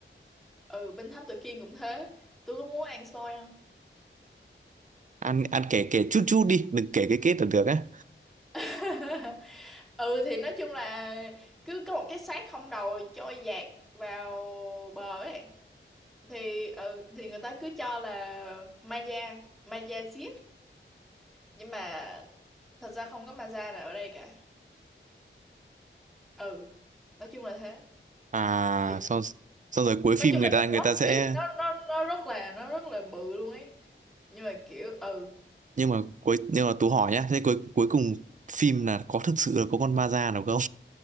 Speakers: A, in the centre; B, on the right (about 40°).
A: Ừ, bên Thám Tử Kiên cũng thế. Tôi có muốn ăn spoil không?
B: ăn ăn kể kể chút chút đi đừng kể cái kết là được á
A: <laughs> ừ thì nói chung là cứ có một cái xác không đầu trôi dạt vào bờ ấy thì ừ thì người ta cứ cho là ma da ma da giết nhưng mà thật ra không có maza nào ở đây cả ừ nói chung là thế
B: à
A: kiểu,
B: xong xong rồi cuối
A: nói
B: phim
A: chung
B: người
A: là
B: ta
A: cái
B: người
A: plot
B: ta sẽ
A: twist nó nó nó rất là nó rất là bự luôn ấy nhưng mà kiểu ừ
B: nhưng mà cuối nhưng mà Tú hỏi nhá thế cuối cuối cùng phim là có thực sự là có con ma da nào không